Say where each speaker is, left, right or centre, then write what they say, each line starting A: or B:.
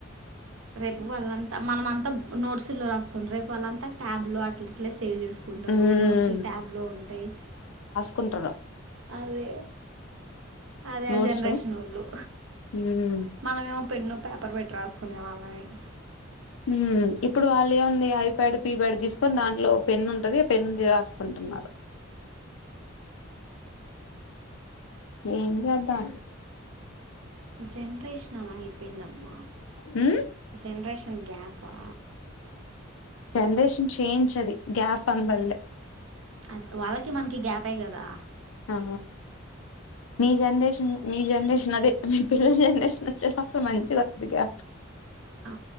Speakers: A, on the right; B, on the left.
A: రేపు వాళ్ళంతా మనము అంతా నోట్స్ లు రాసుకుంటారు రేపు వాళ్ళంతా ట్యాబ్లు అట్లాఇట్లేస్ సేవ్ చేసుకుంటారు
B: ఉమ్
A: నోట్స్లు ట్యాబ్ లో ఉంటాయి
B: కుంటున్నావు
A: అదే అదే
B: నోట్స్
A: ఆ జనరేషన్ వోళ్ళు
B: ఉమ్
A: మనమేమో పెన్ను పేపర్ పెట్టి రాసుకు కునే వాళ్ళం ఏయ్
B: హ్మ్ ఇప్పుడు వాళ్ళు ఏముంది ఐ ప్యాడ్ పీప్యాడ్ తీసుకొని దాంట్లో పెన్ ఉంటది ఆ పెన్ ది రాసుకుంటున్నారు ఏం గాదు దా
A: జెనరేషన్ ఆ లైపు పిన్నమ్మ
B: ఉ
A: జెనరేషన్ గ్యాప్ ఆ
B: జనరేషన్ చేయించ్ అది గ్యాప్ అనుబలే
A: అది వాళ్ళకి మనకి గ్యాపే కదా
B: ఆ నీ జనరేషన్ నీ జనరేషన్ అదే మీ పిల్లల జనరేషన్ వచ్చే టప్పుడు మంచిగా ఆస్తది గా
A: ఆ